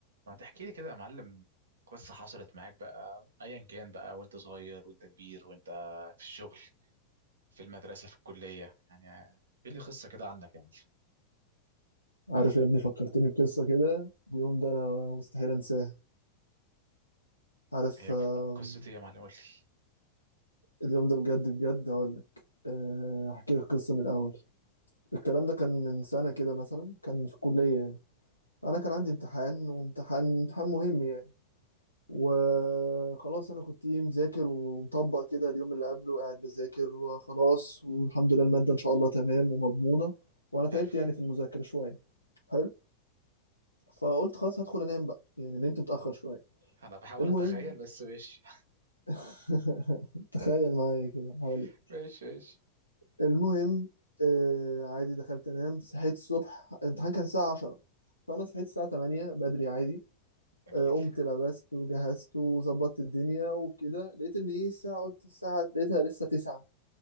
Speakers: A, on the right; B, on the left.
A: ما تحكي لي كده يا معلم قصة حصلت معاك بقى أيا كان بقى وأنت صغير وأنت كبير وأنت في الشغل في المدرسة في الكلية يعني إيه اللي قصة كده عنك يا معلم
B: عارف يا ابني فكرتني بقصة كده اليوم ده أنا مستحيل أنساه عارف
A: هي
B: آم،
A: قصة إيه يا معلم قول لي
B: اليوم ده بجد بجد هقولك آه، أحكي لك قصة من الأول الكلام ده كان من سنة كده مثلا كان في الكلية يعني أنا كان عندي امتحان وامتحان امتحان مهم يعني وخلاص أنا كنت إيه مذاكر ومطبق كده اليوم اللي قبله قاعد بذاكر وخلاص والحمد لله المادة إن شاء الله تمام ومضمونة وأنا تعبت
A: حلو
B: يعني في المذاكرة شوية حلو فقلت خلاص هدخل انام بقى يعني نمت متأخر شوية
A: أنا بحاول
B: المهم
A: أتخيل بس ماشي
B: <laughs> تخيل معايا كده هقول
A: <laughs>
B: لك.
A: ماشي ماشي
B: المهم آه عادي دخلت انام صحيت الصبح الامتحان كان الساعة 10 فانا صحيت الساعة 8 بدري عادي
A: جميل
B: آه قمت لبست وجهزت وظبطت الدنيا وكده لقيت ان ايه الساعة قلت الساعة لقيتها لسه 9